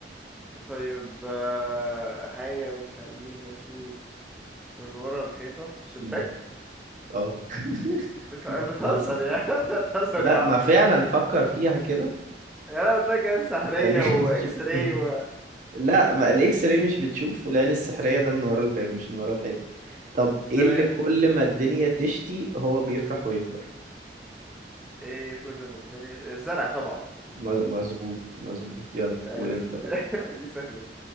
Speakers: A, in the centre; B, on the right.
A: طيب آه، حاجة بتخليني اشوف من ورا الحيطة الشباك
B: مم. اه <laughs>
A: بت-
B: جبتها
A: بتهزر
B: صح
A: يا <laughs> عم، بتهزر
B: لا
A: يا عم
B: ما فعلا فكر فيها كده
A: يعني انا قلت لك عين سحرية
B: بتخليك
A: واكس
B: <laughs> تشوف
A: راي و...
B: لا ما الاكس راي مش بتشوف والعين السحرية ده من ورا الباب مش من ورا الحيطة طب ايه
A: تمام
B: اللي كل ما الدنيا تشتي هو بيفرح ويكبر
A: ايه كل ما الدنيا الزرع طبعا
B: م- مظبوط مظبوط يلا
A: آه،
B: قول
A: دي,
B: انت
A: س... <laughs>
B: بقى
A: دي سهلة دي